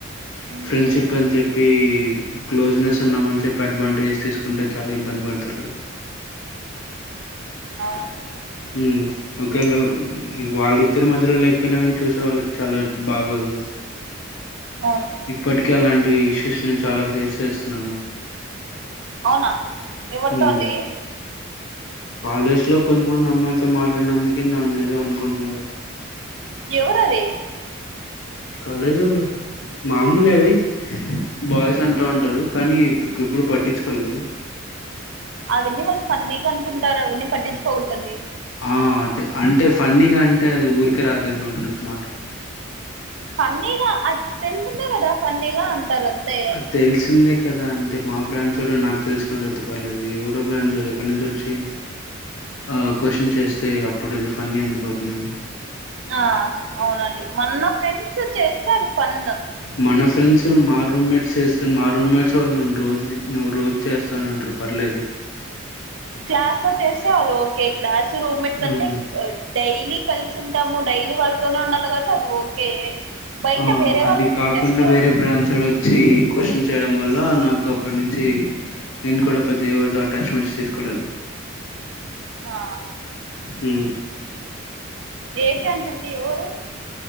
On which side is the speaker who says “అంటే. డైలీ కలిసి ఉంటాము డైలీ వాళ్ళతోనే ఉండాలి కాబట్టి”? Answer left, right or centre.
Right